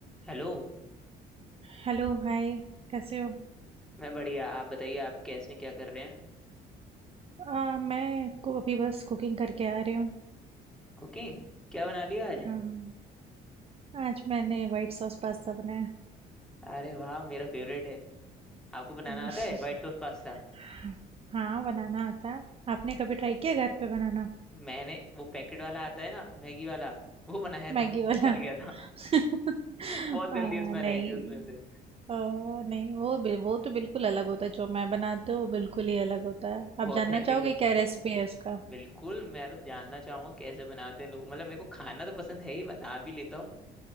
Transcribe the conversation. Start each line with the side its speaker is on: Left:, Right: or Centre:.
Centre: Hello
Right: Hello hi कैसे हो
Centre: मैं बढ़िया आप बताइए आप कैसे हैं, क्या कर रहे हैं
Right: आ, मैं को अभी बस कुकिंग करके आ रही हूँ
Centre: कुकिंग क्या बना लिया आज
Right: हाँ आज मैंने वाइट सॉस पास्ता बनाया
Centre: अरे वाह मेरा फेवरेट है आपको बनाना
Right: <laughs>
Centre: आता है व्हाइट सॉस पास्ता
Right: हाँ हाँ, बनाना आता है। आपने कभी ट्राई किया घर पे बनाना
Centre: मैंने वो पैकेट वाला आता है ना मैगी वाला वो बनाया
Right: मैगी
Centre: था <laughs>
Right: वाला
Centre: जल गया था
Right: <laughs>
Centre: <laughs> बहुत गंदी
Right: आ,
Centre: स्मेल
Right: नहीं
Centre: आई थी उसमें से
Right: आ, नहीं वो बि- वो तो बिल्कुल अलग होता है जो मैं बनाती हूँ वो बिल्कुल ही अलग होता है आप
Centre: वो ऑथेंटिक
Right: जानना चाहोगे क्या रेसिपी है इसका
Centre: बिल्कुल मैं तो जानना चाहूंगा कैसे बनाते हैं लोग मतलब मेरे को खाना तो पसंद है ही बना भी लेता हूँ